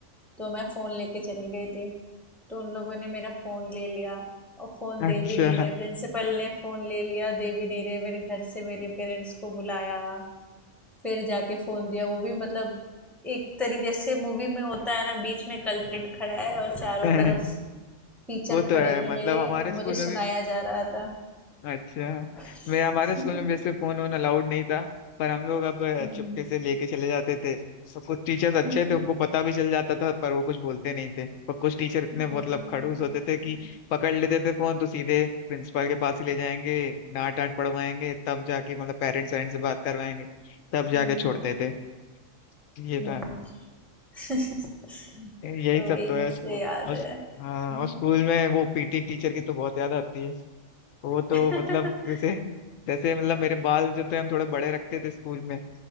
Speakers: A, in the centre; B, on the left.
A: तो मैं फ़ोन लेके चली गई थी तो उन लोगों ने मेरा फ़ोन ले लिया और फ़ोन
B: अच्छा
A: दे भी नहीं रहे प्रिंसिपल ने फ़ोन ले लिया दे भी नहीं रहे मेरे घर से मेरे पेरेंट्स को बुलाया फिर जाके फ़ोन दिया वो भी मतलब एक तरीके से मूवी में होता है ना बीच में कल्प्रिट खड़ा है और चारों
B: <laughs>
A: तरफ टीचर
B: वो तो
A: खड़े
B: है
A: थे
B: मतलब
A: मेरे
B: हमारे स्कूल
A: मुझे
B: में
A: सुनाया
B: भी
A: जा रहा था
B: अच्छा
A: <laughs>
B: मेरे हमारे स्कूल में वैसे फोन वोन अलाउड नहीं था पर हम लोग अब अ,
A: हम्म,
B: चुपके से लेके चले जाते थे सब कुछ टीचर्स अच्छे
A: हम्म,
B: थे उनको पता भी चल जाता था पर वो कुछ बोलते नहीं थे पर कुछ टीचर इतने
A: हम्म।
B: मतलब खड़ूस होते थे कि पकड़ लेते थे फोन तो सीधे प्रिंसिपल के पास ही ले जाएंगे डांट डांट पड़वाएंगे तब जाके मतलब पेरेंट्स वेरेंट्स से बात करवाएंगे तब जाके
A: हम्म
B: छोड़ते
A: हम्म,
B: थे ये
A: हम्म।
B: था
A: <laughs>
B: यही
A: तो
B: सब
A: वही
B: तो
A: मुझे
B: है स्कूल
A: याद
B: और-
A: है हम्म
B: हाँ और स्कूल में वो पीटी टीचर की तो बहुत याद आती है वो तो
A: हम्म
B: मतलब
A: <laughs>
B: जैसे जैसे मतलब मेरे बाल जो थे हम थोड़े बड़े रखते थे स्कूल में